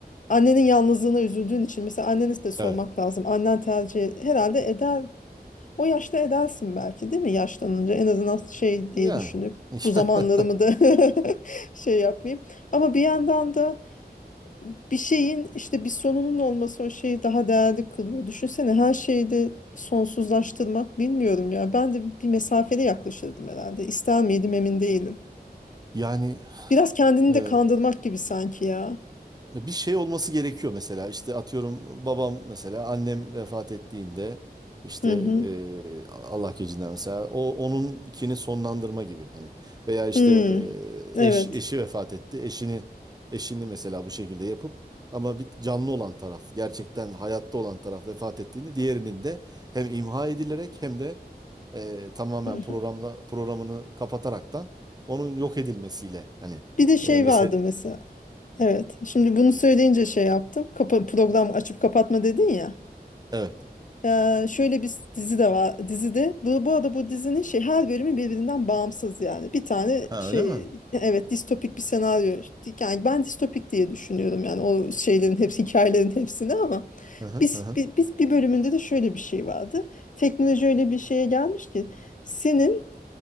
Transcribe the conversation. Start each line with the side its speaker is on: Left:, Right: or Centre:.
Left: Annenin yalnızlığına üzüldüğün için mesela anneniz de sormak
Right: evet.
Left: lazım. Annen tercih e- herhalde eder. O yaşta edersin belki değil mi? Yaşlanınca en azından şey
Right: Yani
Left: diye düşünüp bu zamanlarımı
Right: <laughs>
Left: da <laughs> şey yapmayayım. Ama bir yandan da bir şeyin işte bir sonunun olması o şeyi daha değerli kılıyor. Düşünsene her şeyi de sonsuzlaştırmak bilmiyorum ya. Ben de bir mesafeli yaklaşırdım herhalde. İster miydim emin değilim.
Right: yani
Left: Biraz kendini
Right: e,
Left: de kandırmak gibi sanki ya.
Right: bir şey olması gerekiyor mesela. İşte atıyorum babam mesela annem vefat ettiğinde işte
Left: Hı hı.
Right: e, Allah gecinden mesela o onunkini sonlandırma gibi hani veya işte
Left: Hmm. Evet.
Right: e, eş eşi vefat etti. Eşini eşini mesela bu şekilde yapıp ama bir canlı olan taraf gerçekten hayatta olan taraf vefat ettiğinde diğerinin de hem imha edilerek hem de e, tamamen
Left: Hı hı.
Right: programla programını kapataraktan onun yok edilmesiyle hani
Left: Bir de şey
Right: e, mesela
Left: vardı mesela. Evet. Şimdi bunu söyleyince şey yaptım. Kapa program açıp kapatma dedin ya.
Right: evet
Left: Ee, şöyle bir dizi de var dizide. Bu, bu arada bu dizinin şey her bölümü birbirinden bağımsız yani. Bir tane
Right: ha
Left: şey
Right: öyle mi?
Left: evet distopik bir senaryo. Yani ben distopik diye düşünüyorum yani o şeylerin hepsi <laughs> hikayelerin hepsini ama
Right: Hı hı,
Left: biz,
Right: hı hı.
Left: bi- biz bir bölümünde de şöyle bir şey vardı. Teknoloji öyle bir şeye gelmiş ki senin